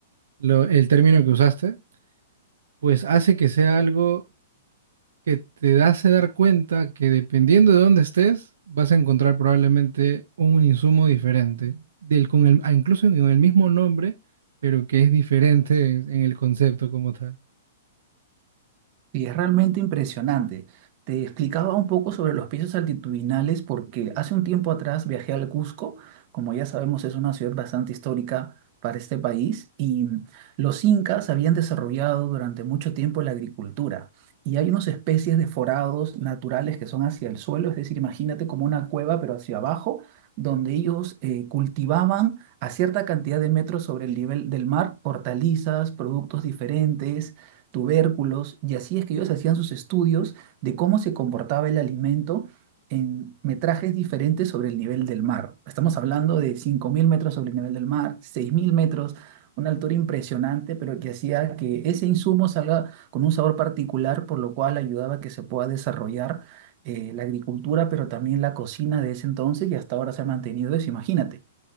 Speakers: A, on the right; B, on the right.
A: lo- el término que usaste, pues hace que sea algo que te hace dar cuenta que dependiendo de dónde estés, vas a encontrar probablemente un insumo diferente, del, con el, ah, incluso con el mismo nombre, pero que es diferente en, en el concepto como tal.
B: Y es realmente impresionante. Te explicaba un poco sobre los pisos altitudinales porque hace un tiempo atrás viajé al Cusco, como ya sabemos es una ciudad bastante histórica para este país, y los incas habían desarrollado durante mucho tiempo la agricultura. Y hay unas especies de forados naturales que son hacia el suelo, es decir, imagínate como una cueva pero hacia abajo, donde ellos eh, cultivaban a cierta cantidad de metros sobre el nivel del mar hortalizas, productos diferentes tubérculos, y así es que ellos hacían sus estudios de cómo se comportaba el alimento en metrajes diferentes sobre el nivel del mar. Estamos hablando de 5.000 metros sobre el nivel del mar, 6.000 metros, una altura impresionante, pero que hacía que ese insumo salga con un sabor particular, por lo cual ayudaba a que se pueda desarrollar eh, la agricultura, pero también la cocina de ese entonces y hasta ahora se ha mantenido eso, imagínate.